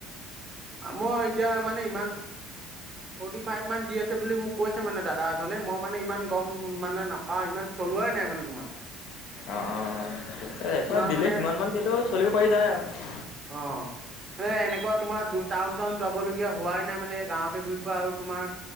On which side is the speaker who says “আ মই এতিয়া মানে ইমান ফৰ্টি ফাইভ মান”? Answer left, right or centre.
Right